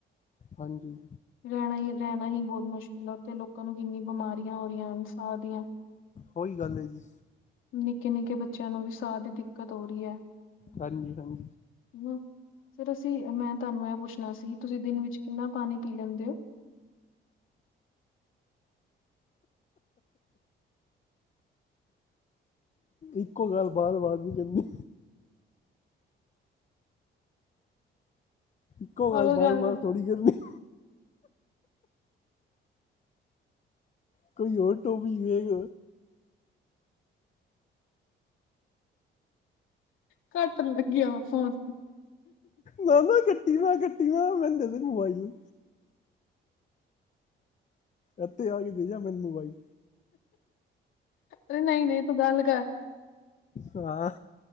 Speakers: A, on the left; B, on the left.
A: ਹਾਂਜੀ
B: ਰਹਿਣਾ ਹੀ ਰਹਿਣਾ ਹੀ ਬਹੁਤ ਮੁਸ਼ਕਿਲ ਆ, ਉੱਥੇ ਲੋਕਾਂ ਨੂੰ ਕਿੰਨੀ ਬਿਮਾਰੀਆਂ ਹੋ ਰਹੀਆਂ ਇਨ, ਸਾਹ ਦੀਆਂ
A: ਔ ਹੀ ਗੱਲ ਐ ਜੀ,
B: ਨਿੱਕੇ ਨਿੱਕੇ ਬੱਚਿਆਂ ਨੂੰ ਵੀ ਸਾਹ ਦੀ ਦਿੱਕਤ ਹੋ ਰਹੀ ਹੈ।
A: ਹਾਂਜੀ ਹਾਂਜੀ,
B: ਹ ਸਰ ਅਸੀਂ ਮੈਂ ਤੁਹਾਨੂੰ ਇਹ ਪੁੱਛਣਾ ਸੀ, ਤੁਸੀਂ ਦਿਨ ਵਿੱਚ ਕਿੰਨਾ ਪਾਣੀ ਪੀ ਲੈਂਦੇ ਹੋ?
A: ਇੱਕੋ ਗੱਲ ਬਾਰ ਬਾਰ ਨੀ ਕਰਨੀ ਇੱਕੋ
B: ਪਾਗਲ
A: ਗੱਲ ਬਾਰ ਬਾਰ
B: ਕਰ
A: ਥੋੜੀ ਕਰਨੀਂ ਕੋਈ ਹੋਰ ਟੋਪੀਕ ਵੇਖ
B: ਕੱਟਣ ਲੱਗਿਆ, ਵਾ ਫੋਨ
A: ਨਾ ਨਾ ਕੱਟੀ ਨਾ, ਕੱਟੀ ਨਾ, ਮੈਂਨੂੰ ਦੇ ਦੇ ਮੋਬਾਈਲ, ਇੱਥੇ ਆਕੇ ਦੇ ਜਾ, ਮੈਨੂੰ ਮੋਬਾਈਲ
B: ਅਰੇ ਨਹੀਂ ਨਹੀਂ, ਤੂੰ ਗੱਲ ਕਰ,
A: ਹਾਂ